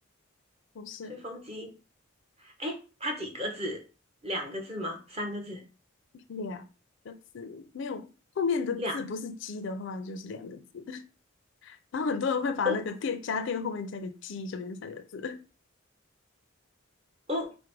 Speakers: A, on the left; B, on the right.
A: <laughs> 不是。
B: 吹风机？哎，它几个字？两个字吗？三个字？
A: 两个字没有，后面的字不是鸡的话，
B: 两
A: 就是两个字。<laughs> 然后很多人会把那个电家电后面加个鸡，
B: 哦，
A: 就变成三个字。
B: 哦，